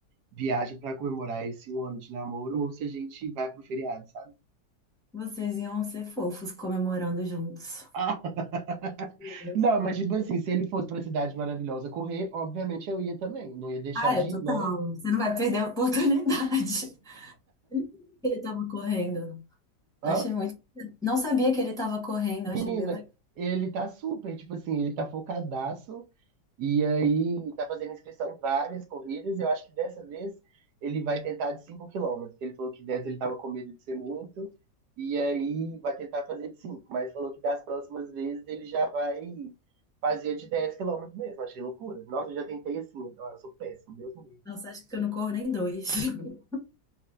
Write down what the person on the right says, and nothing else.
viaja para comemorar esse um ano de namoro ou se a gente vai pro feriado, sabe?
<laughs>
Não,
mas tipo assim, se ele fosse pra Cidade Maravilhosa correr, obviamente eu ia também. Não ia deixar
de
ir, né?
Hã?
Menina,
ele tá super, tipo assim, ele tá focadaço. E aí tá fazendo inscrição em várias corridas. E eu acho que dessa vez ele vai tentar de 5 quilômetros. Ele falou que 10 ele tava com medo de ser muito. E aí vai tentar fazer de 5. Mas falou que das próximas vezes ele já vai fazer de 10 quilômetros mesmo. Achei loucura. Nossa, eu já tentei assim. Eu sou péssimo, Deus me livre.